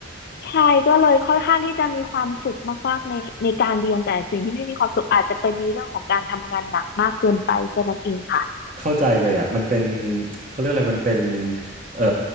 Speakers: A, on the left (about 55°); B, on the right (about 40°).
A: ใช่ก็เลยค่อนข้างที่จะมีความสุขมากๆในในการเรียนแต่สิ่งที่ไม่มีความสุขอาจจะเป็นในเรื่องของการทำงานหนักมากเกินไปแค่นั้นเองค่ะ
B: เข้าใจเลยอ่ะมันเป็นเขาเรียกอะไรมันเป็นเอ่อ